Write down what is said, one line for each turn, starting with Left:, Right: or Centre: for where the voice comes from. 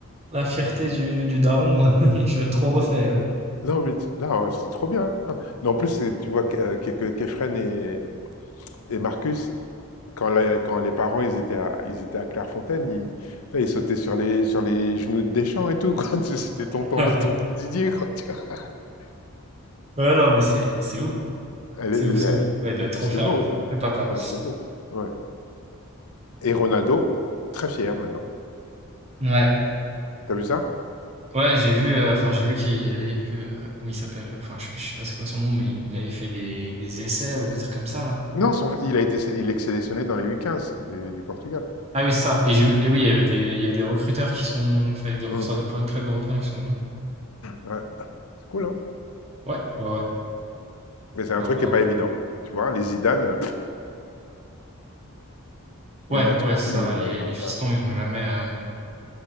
Right: la fierté du, du daron, <laughs> je l'ai trop refait.
Left: Mais- non, mais tu- non, ouais, c'est trop bien. Non, en plus, c'est- tu vois que, euh, que, que Kefren et, et Marcus, Quand, la- quand les parents ils étaient à, ils étaient à Clairefontaine, ils, putain, ils sautaient sur les, sur les genoux de Deschamps et tout, quoi. <laughs> C'était tonton,
Right: <laughs>
Left: tonton Didier, quoi. tu vois.
Right: Ouais, non, mais c'est, c'est ouf.
Left: Elle
Right: C'est
Left: est-
Right: ouf, c'est
Left: elle-
Right: ouf. Ouais, il doit être trop
Left: C'est
Right: fier,
Left: beau,
Right: le,
Left: quoi.
Right: le papa.
Left: Ouais, c'est beau. Ouais. Et Ronaldo, très fier maintenant.
Right: Ouais.
Left: T'as vu ça?
Right: Ouais, j'ai vu, heu, enfin, j'ai vu qu'il y avait que, heu, comment il s'appelle? euh, Enfin, je je sais pas c'est quoi son nom, mais il avait fait des des essais ou des trucs comme ça, là?
Left: Non, son- il a été, sé- il est sélectionné dans les u quinze du, du Portugal.
Right: Ah oui, c'est ça et j'ai vu et oui, il y avait des il y a des recruteurs qui sont enfin, il y a des recruteurs
Left: Mm,
Right: de
Left: mm.
Right: plein de clubs européens qui sont venus.
Left: Ouais. C'est cool, hein?
Right: Ouais, ouais, ouais,
Left: Mais c'est un
Right: à
Left: truc
Right: voir.
Left: qui est pas évident. Tu vois, les Zidane, euh, pff,
Right: Ouais,
Left: il y en a trois,
Right: ouais, c'est ça,
Left: mais
Right: va.
Left: euh,
Right: les
Left: bon,
Right: les fistons,
Left: voilà.
Right: ils ont jamais, heu,